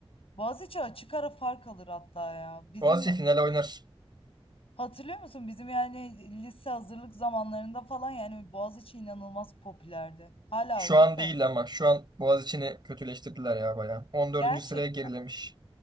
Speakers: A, on the left; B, on the right.
A: Boğaziçi açık ara fark alır hatta ya. Bizim
B: Boğaziçi finale oynar.
A: hatırlıyor musun? Bizim yani lise hazırlık zamanlarında falan yani Boğaziçi inanılmaz popülerdi. Hala
B: Şu
A: öyle
B: an
A: de.
B: değil ama şu an Boğaziçi'ni kötüleştirdiler ya bayağı. 14.
A: Gerçek.
B: sıraya gerilemiş.